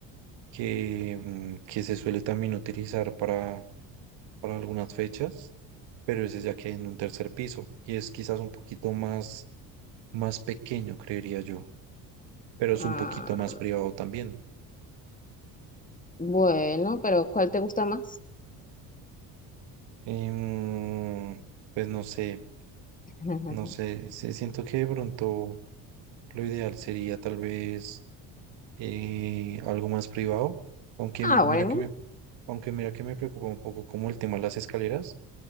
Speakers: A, on the right; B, on the left.
A: que, mm, que se suele también utilizar para, para algunas fechas, pero ese ya queda en un tercer piso y es quizás un poquito más más pequeño, creería yo, pero es
B: Ah,
A: un poquito más privado también.
B: bueno, pero ¿cuál te gusta más?
A: Em, pues no sé,
B: <laughs>
A: no sé, sí, siento que de pronto lo ideal sería tal vez eh, algo más privado, aunque
B: Ah,
A: mira
B: bueno.
A: que me, aunque mira que me preocupa un poco como el tema de las escaleras,